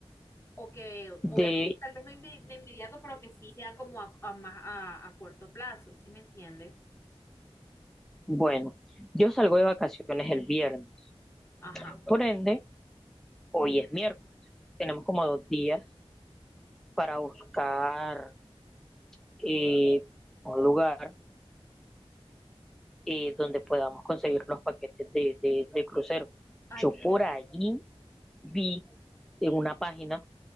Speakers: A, on the left; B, in the centre.
A: o que
B: de,
A: obviamente tal vez no inme- de inmediato, pero que sí sean como a, a más, a, a corto plazo, ¿sí me entiendes?
B: bueno, yo salgo de vacaciones el viernes.
A: Ajá.
B: Por ende, Hoy es miércoles, tenemos como dos días para buscar eh, un lugar eh, donde podamos conseguir los paquetes de, de, de crucero.
A: Ay,
B: Yo por
A: que,
B: allí vi en una página